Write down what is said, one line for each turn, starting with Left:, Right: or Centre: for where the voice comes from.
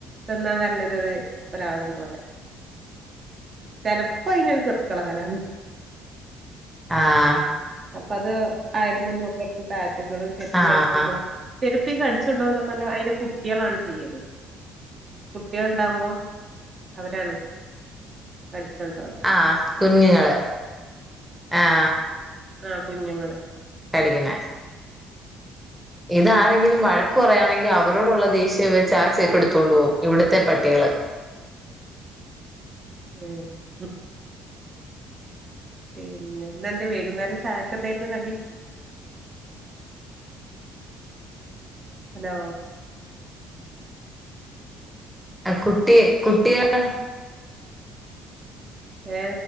Right: തിന്നാൻ വരണത് ഒരു ഒരാളുണ്ട് ഇവിടെ ചിലപ്പോ അതിനൊരു കിറുക്കിളകലാണ്
Centre: ആഹ്
Right: അപ്പൊ അത് അയയൽമേന്നൊക്കെ എടുത്ത് താഴത്തേക്കിടും ചെരുപ്പ്
Centre: ആഹ്
Right: കടിച്ചോണ്ട് പോകും ചെരുപ്പ് ഈ കടിച്ചോണ്ട് പോന്നതൊക്കെ അതിന്റെ കുട്ടികളാണ് ചെയ്യല് കുട്ടികളുണ്ടാവുമ്പോ അവരാണ് കഠിച്ച് കൊണ്ട് പോവല്
Centre: ആഹ് കുഞ്ഞുങ്ങള് ആഹ്
Right: ആഹ് കുഞ്ഞുങ്ങള്
Centre: കടിക്കണേ ഇതാരങ്കിലും വഴക്ക് പറയാണെങ്കിൽ അവരോടുള്ള ദേഷ്യം വെച്ച് ആ ചേരുപ്പെടുത്തുകൊണ്ട് പോകും ഇവിടുത്തെ പട്ടികള്
Right: ഉം ഉം പിന്നെ ഇന്നെന്ത് വൈകുന്നേരം ചായക്ക് എന്തായിരുന്നു കടി ഹലോ
Centre: ആഹ് കുട്ടി കുട്ടികള്
Right: ഏ